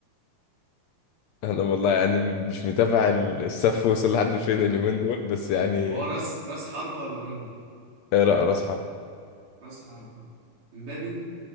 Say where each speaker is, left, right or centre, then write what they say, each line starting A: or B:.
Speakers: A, on the left; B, on the right.
A: انا والله يعني مش متابع السف وصل لحد فين
B: طب
A: اليومين دول بس يعني
B: طب هو راس راس حربة ولا وينج
A: اقرا راس حرب
B: راس حربة مبابي